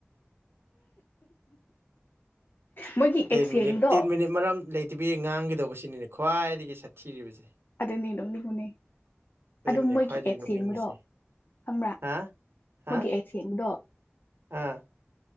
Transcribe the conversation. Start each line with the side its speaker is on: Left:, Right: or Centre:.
Left: ꯃꯣꯏꯒꯤ
Right: ꯇꯦꯟ
Left: ꯑꯦꯠꯁ
Right: ꯃꯤꯅꯤꯠ
Left: ꯌꯦꯡꯕꯗꯣ
Right: ꯇꯦꯟ ꯃꯤꯅꯤꯠ ꯃꯔꯝ ꯂꯩꯇꯕꯤ ꯉꯥꯡꯒꯗꯧꯕ ꯁꯤꯅꯤꯅꯦ ꯈ꯭ꯋꯥꯏꯗꯒꯤ ꯁꯥꯊꯤꯔꯤꯕꯁꯦ
Left: ꯑꯗ ꯅꯅꯣꯅꯤ ꯄꯨꯅꯤ
Right: ꯑꯗꯨꯅꯤꯅꯦ
Left: ꯑꯗꯨꯝ ꯃꯣꯏꯒꯤ
Right: ꯈ꯭ꯋꯥꯏꯗꯒꯤ
Left: ꯑꯦꯠ
Right: ꯅꯣꯛꯅꯤꯡꯕꯁꯦ
Left: ꯌꯦꯡꯕꯗꯣ ꯈꯪꯕ꯭ꯔꯥ
Right: ꯍꯥ ꯍꯥ
Left: ꯃꯣꯏꯒꯤ ꯑꯦꯠ ꯌꯦꯡꯕꯗꯣ
Right: ꯑꯥ